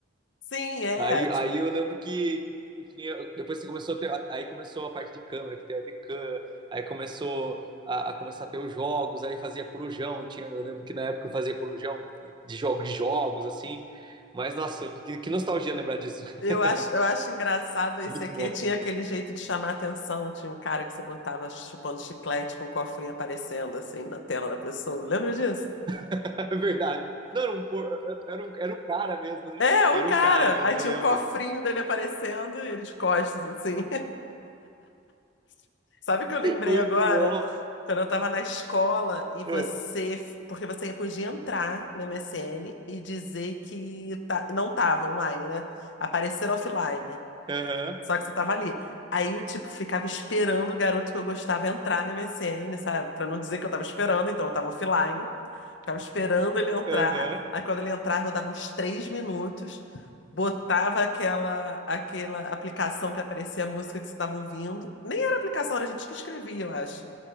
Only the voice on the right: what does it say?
Aí, aí eu lembro que tinha- depois que começou a ter, aí começou a parte de câmera, que tem webcam, aí começou a, a começar a ter os jogos, aí fazia corujão, tinha, eu lembro que na época eu fazia corujão de jogo de jogos assim. Mas nossa, que, que nostalgia lembrar disso.
<laughs>
Muito
bom.
<laughs> É verdade. Não, era um, por- era um, era um cara mesmo, né?
Era
um cara mesmo,
eu lembro.
Muito
bom.
É.
Aham,
aham.